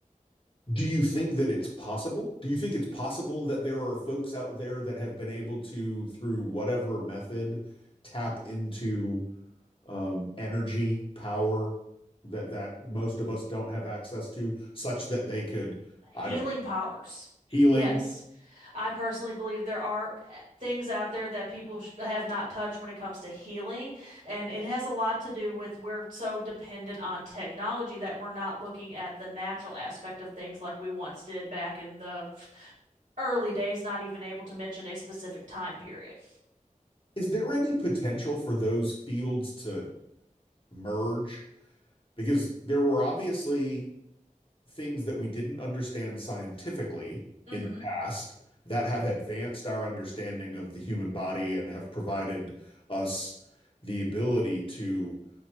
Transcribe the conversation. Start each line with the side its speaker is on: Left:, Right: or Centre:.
Left: Do you think that it's possible? Do you think it's possible that there are folks out there that have been able to, through whatever method, tap into um, energy, power that that most of us don't have access to, such that they could, I
Right: Healing
Left: don't, know,
Right: powers.
Left: healing.
Right: Yes. I personally believe there are eh, things out there that people sh have not touched when it comes to healing, and it has a lot to do with we're so dependent on technology that we're not looking at the natural aspect of things like we once did back in the f- early days, not even able to mention a specific time period.
Left: Is there any potential for those fields to merge? Because there were obviously things that we didn't understand scientifically
Right: hmm
Left: in the past that have advanced our understanding of the human body and have provided us the ability to